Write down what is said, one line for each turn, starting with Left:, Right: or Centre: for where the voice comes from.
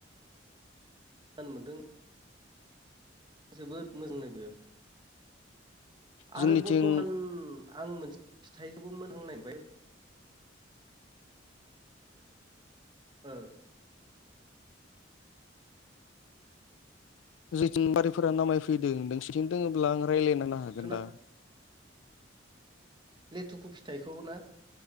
Right: <unintelligible> मोनदों जोबोद मोजांनो बेयो आरो
Left: जोंनिथिं
Right: बर्थ'मान आं मोनसे फिथाइखौबो मोनहांनाय बाय ओ
Left: जिथिं बारिफोरा नामायफैदों नोंसेथिं दङोब्ला आं रायज्लायनो हागोन
Right: खोना
Left: दा
Right: लेथुखु फिथाइखौ ना